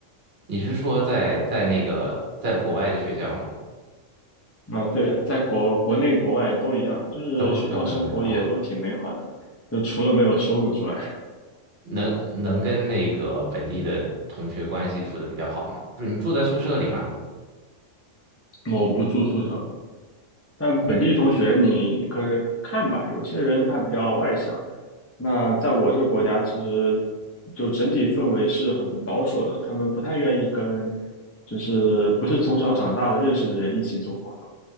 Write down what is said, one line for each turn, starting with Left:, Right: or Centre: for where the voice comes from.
Right: 你是说在在那个在国外的学校吗？
Left: 啊，对，在国国内国外都一样，就是学校生活也都挺美好的，
Right: 都都很美好，
Left: 就除了没有收入之外，
Right: 能能跟那个本地的同学关系处的比较好吗？就你住在宿舍里吗？
Left: <laughs> 我不住宿舍。但本地同学你可以看吧，
Right: 哦，
Left: 有些人他比较外向，那在我这个国家其实就整体氛围是很保守的，他们不太愿意跟就是不是从小长大的认识的人一起做朋友，